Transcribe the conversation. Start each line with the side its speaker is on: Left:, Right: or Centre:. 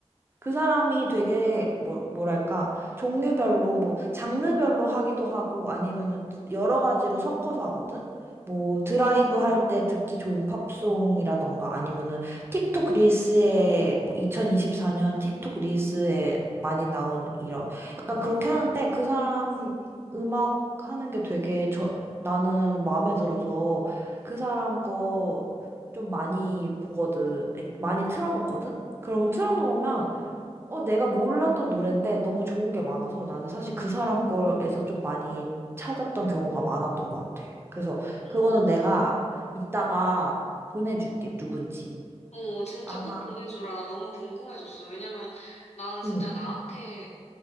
Right: 그 사람이 되게 뭐, 뭐랄까 종류별로 뭐 장르별로 하기도 하고 아니면은 여러 가지로 섞어서 하거든. 뭐 드라이브 할 때 듣기 좋은 팝송이라던가 아니면은 틱톡 릴스에 뭐 2024년 틱톡 릴스에 많이 나온 이런 약간 그렇게 하는데 그 사람 음악 하는 게 되게 저 나는 마음에 들어서 그 사람 거 좀 많이 보거든. 많이 틀어놓거든. 그러면 틀어놓으면 어, 내가 몰랐던 노래인데 너무 좋은 게 많아서 나는 사실 그 사람 거에서 좀 많이 찾았던 경우가 많았던 것 같아. 그래서 그거는
Left: 어,
Right: 내가 이따가 보내줄게, 누군지.
Left: 어, 진짜
Right: 아마,
Left: 꼭 보내주라. 나 너무 궁금해졌어. 왜냐면 나는 진짜
Right: 응,
Left: 나한테